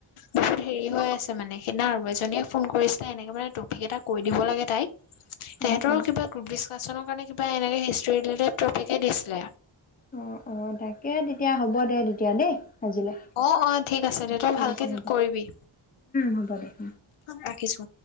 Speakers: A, on the left; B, on the left.
A: বহুত হেৰি হৈ আছে মানে সেইদিনা আৰু এজনীয়ে ফোন কৰিছিলে এনেকে মানে টপিক এটা কৈ দিব লাগে তাইক তেহতৰো
B: অ অ অ
A: কিবা গ্ৰুপ ডিচকাশচনৰ কাৰণে কিবা এনেকে হিষ্টটো যে টপিকে দিছিলে।
B: অ অ তাকে তেতিয়া হ'ব দে দি এতিয়া দেই সাজিলে
A: অ অ ঠিক আছে দে তই
B: ঠিক
A: ভালকে
B: আছে হ'ব
A: কৰিবি
B: হ'ব দে হ
A: ৰাখিছো